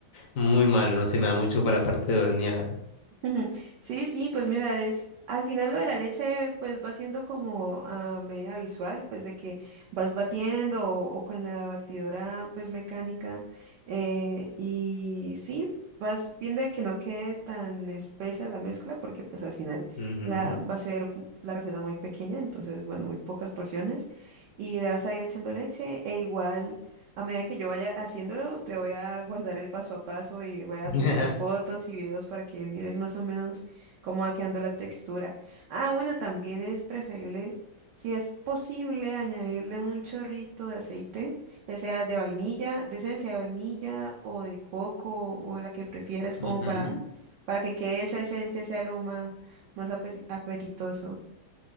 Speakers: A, on the left; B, on the right.
A: muy malo, no se me da mucho para la parte de hornear.
B: Ujú. Sí, sí, pues mira, es al final lo de la leche pues va siendo como a medida visual, pues de que vas batiendo o, o con la batidora pues mecánica eh, y sí, vas viendo de que no quede tan espesa la mezcla porque pues al final
A: Ujú.
B: la va a ser la receta muy pequeña, entonces bueno, muy pocas porciones y le vas a ir echando leche e igual a medida que yo vaya haciéndolo, te voy a guardar el paso a paso y voy a
A: <laughs>
B: adjuntar fotos y videos para que mires más o menos cómo va quedando la textura. Ah, bueno, también es preferible, si es posible, añadirle un chorrito de aceite, ya sea de vainilla, de esencia de vainilla o de coco o la que prefieras, como
A: Ujú.
B: para, para que quede esa esencia, ese aroma más ape- apetitoso.